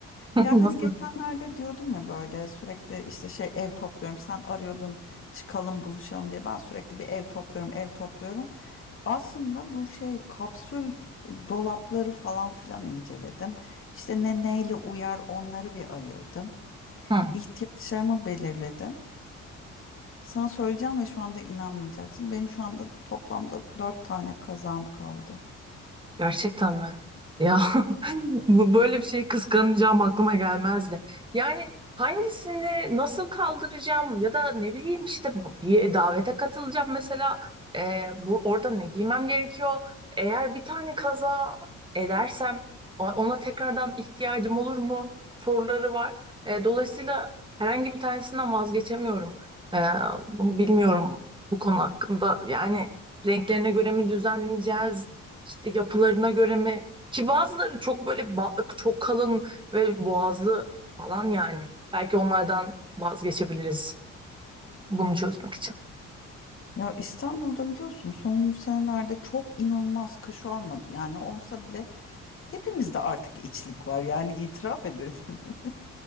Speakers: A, on the left (about 45°); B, on the right (about 15°).
A: Ya
B: <laughs>
A: hani
B: Nasıl?
A: geçenlerde diyordum ya böyle sürekli işte şey ev topluyorum. Sen arıyordun çıkalım buluşalım diye. Ben sürekli bir ev topluyorum, ev topluyorum. Aslında bu şey kapsül dolapları falan filan inceledim. İşte ne neyle uyar onları bir ayırdım.
B: Hı.
A: İhtiyaçlarımı belirledim. Sana söyleyeceğim ve şu anda inanmayacaksın. Benim şu anda toplamda dört tane kazağım kaldı.
B: Gerçekten mi? Ya <laughs> bu- böyle bir şeyi kıskanacağım aklıma gelmezdi. Yani hangisini nasıl kaldıracağım ya da ne bileyim işte bu- bir davete katılacağım mesela Ee, bu orada ne giymem gerekiyor? Eğer bir tane kaza edersem o- ona tekrardan ihtiyacım olur mu? Soruları var. Ee, dolayısıyla herhangi bir tanesinden vazgeçemiyorum. Ee, bunu bilmiyorum bu konu hakkında yani renklerine göre mi düzenleyeceğiz? İşte yapılarına göre mi? Ki bazıları çok böyle ba- çok kalın ve boğazlı falan yani. Belki onlardan vazgeçebiliriz bunu çözmek için.
A: Ya İstanbul'da biliyorsun son senelerde çok inanılmaz kış olmadı. Yani olsa bile Hepimizde artık içlik var yani itiraf edelim. <laughs>